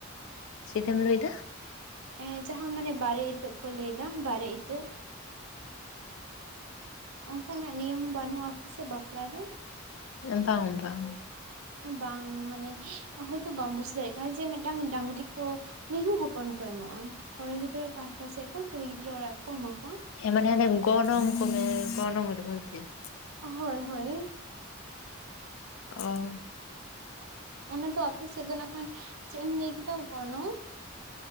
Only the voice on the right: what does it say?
ᱮ ᱡᱟᱦᱟᱸ ᱢᱟᱱᱮ ᱵᱟᱨᱮ ᱤᱛᱟᱹᱜ ᱠᱚ ᱞᱟᱹᱭ ᱫᱟ ᱵᱟᱨᱮ ᱤᱛᱟᱹᱜ ᱚᱱᱠᱟᱱᱟᱜ ᱱᱤᱭᱚᱢ ᱵᱟᱹᱱᱩᱜᱼᱟ ᱯᱟᱥᱮᱫ ᱵᱟᱯᱞᱟ ᱨᱮ
ᱵᱟᱝ ᱢᱟᱱᱮ ᱦᱚᱭᱛᱚ ᱵᱟᱢ ᱵᱩᱡ ᱫᱟᱲᱮᱭᱟᱜ ᱠᱟᱱᱟ ᱡᱮ ᱢᱤᱫᱴᱟᱝ ᱰᱟᱝᱨᱤ ᱠᱚ ᱢᱤᱦᱩ ᱦᱚᱯᱚᱱ ᱠᱚ ᱮᱢᱚᱜᱼᱟ ᱠᱚᱲᱟ ᱜᱤᱫᱽᱨᱟᱹ ᱯᱟᱦᱟᱴᱟ ᱥᱮᱫ ᱠᱷᱚᱱ ᱠᱩᱲᱤ ᱜᱤᱫᱽᱨᱟᱹ ᱚᱲᱟᱜ ᱠᱚ ᱮᱢᱟ ᱠᱚᱣᱟ᱾
ᱦᱳᱭ ᱦᱳᱭ,
ᱚᱱᱟ ᱫᱚ ᱟᱯᱮ ᱥᱮᱫ ᱫᱚ ᱱᱟᱜ ᱠᱷᱟᱱ ᱪᱮᱫ ᱮᱢ ᱞᱟᱹᱭ ᱠᱮᱫᱟ ᱜᱚᱱᱚᱝ